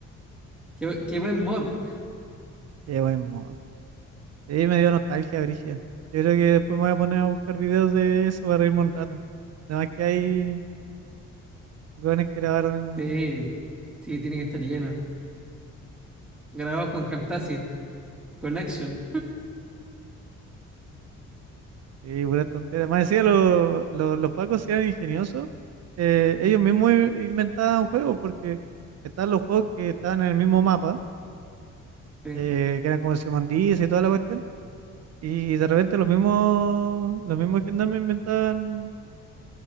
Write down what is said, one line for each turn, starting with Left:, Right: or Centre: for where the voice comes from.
Centre: Qué, bu- qué buen mod.
Right: Qué buen modo. Sí, me dio nostalgia, Brigia. Yo creo que después me voy a poner a buscar videos de eso para reírme un rato. Además que hay jóvenes que grabaron
Centre: Sí, sí, tiene que estar lleno. Grabado con Camtasia. Con Action.
Right: y pura tontera. Más decía, los, los, los pacos sí eran ingeniosos. Eh, ellos mismos i- inventaban juegos porque estaban los juegos que estaban en el mismo mapa,
Centre: Sí.
Right: eh, que eran como el Simón Dice y toda la cuestión Y de repente los mismos, los mismos gendarmes inventaban